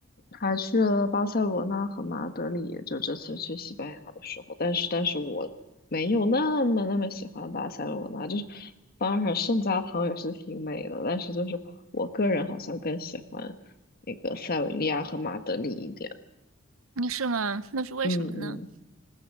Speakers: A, on the left; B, on the right.
A: 还去了巴塞罗那和马德里，就这次去西班牙的时候。但是，但是我没有那么那么喜欢巴塞罗那，就是当然圣家堂也是挺美的，但是就是我个人好像更喜欢那个塞维利亚和马德里一点。
B: 你是吗？那是为什么呢？
A: 嗯嗯。